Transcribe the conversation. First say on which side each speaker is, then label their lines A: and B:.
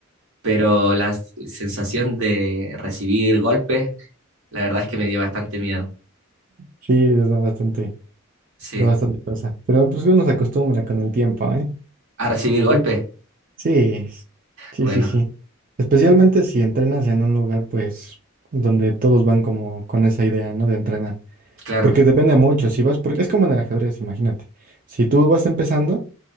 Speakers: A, on the right (about 75°); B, on the right (about 40°).
A: Pero la s- sensación de recibir golpes, la verdad es que me dio bastante miedo.
B: Sí, es bastante.
A: Sí.
B: de bastante cosa. Pero pues uno se acostumbra con el tiempo, ¿eh?
A: ¿A recibir golpes?
B: Sí, sí,
A: Bueno,
B: sí, sí. Especialmente si entrenas en un lugar, pues, donde todos van como con esa idea, ¿no? De entrenar.
A: claro,
B: Porque depende mucho, si vas, por... es como en el ajedrez, imagínate. Si tú vas empezando,